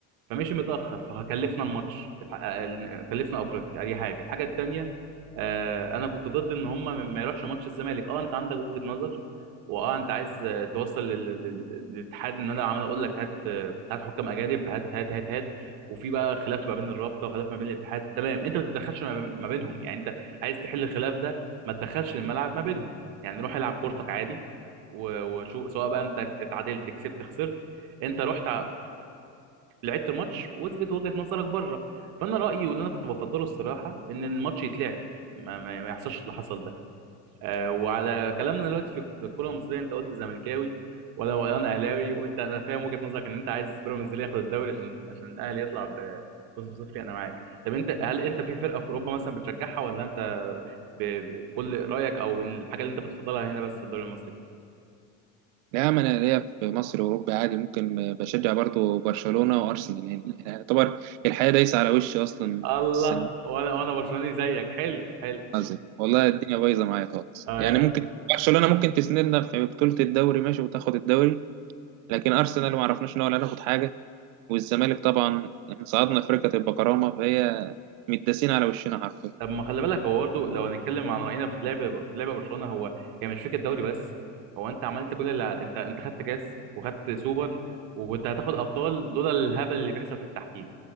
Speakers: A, on the right; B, on the right.
A: فمشي متاخر فكلفنا الماتش الح- ال- كلفنا افريقيا اي حاجه الحاجه التانيه آه، انا كنت ضد ان هم ما يروحش ماتش الزمالك اه انت عندك وجهه نظر واه انت عايز آه، توصل لل- لل- للاتحاد ان انا عمال اقول لك هات آه، هات حكام اجانب هات هات هات هات وفي بقى خلاف ما بين الرابطه وخلاف ما بين الاتحاد تمام انت ما تتدخلش ما ما بينهم يعني انت عايز تحل الخلاف ده ما تدخلش الملعب ما بينهم يعني روح العب كورتك عادي و- وشوف سواء بقى انت اتعادلت كسبت خسرت انت رحت لعبت الماتش واثبت وجهة نظرك بره فانا رايي واللي انا كنت بفضله الصراحه ان الماتش يتلعب ما, ما, ما يحصلش اللي حصل ده آه وعلى كلامنا دلوقتي في, في الكره المصريه انت قلت زملكاوي وانا وانا اهلاوي وانت انا فاهم وجهة نظرك ان انت عايز بيراميدز اللي ياخد الدوري عشان عشان الاهلي يطلع ب فوز بصفري انا معاك طب انت هل انت في فرقه في اوروبا مثلا بتشجعها ولا انت بكل رايك او الحاجه اللي انت بتفضلها هنا بس في الدوري المصري
B: نعم أنا ليا في مصر وأوروبا عادي ممكن بشجع برضو برشلونة وأرسنال يعني يعتبر الحياة دايسة على وشي أصلا
A: الله
B: السنة دي
A: وانا وانا برشلوني زيك حلو حلو
B: قصدي. والله الدنيا بايظة معايا خالص
A: آه،
B: يعني ممكن برشلونة ممكن تسندنا في بطولة الدوري ماشي وتاخد الدوري لكن أرسنال ما عرفناش إن هو لا ناخد حاجة والزمالك طبعا إحنا صعدنا في ركة البكرامة فهي متداسين على وشنا حرفيا
A: طب ما خلي بالك هو برضه لو هنتكلم عن رأينا في لعب في لعب برشلونة هو هي يعني مش فكرة دوري بس هو انت عملت كل اللي ع- انت انت خدت كاس وخدت سوبر وكنت هتاخد ابطال لولا الهبل اللي بيحصل في التحكيم